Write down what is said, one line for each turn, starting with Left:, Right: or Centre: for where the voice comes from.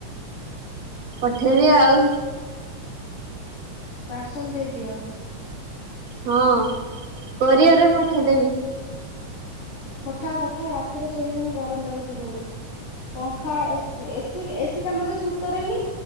Right: ପଠେଇବି ଆଉ।
Left: ପାର୍ସଲ ଦେଇଦିଅ।
Right: ହଁ କୋରିଅର ରେ ପଠେଇଦେବି।
Left: ପଠାଅ ପଠାଅ ରାତିରେ ଶୋଇହଉନି ଗରମ ଲାଗୁଚି ବହୁତ। ପଙ୍ଖା ଏସ୍ ଏସ୍ ଏସି ଟା ମତେ ସୁଟ୍ କରେନି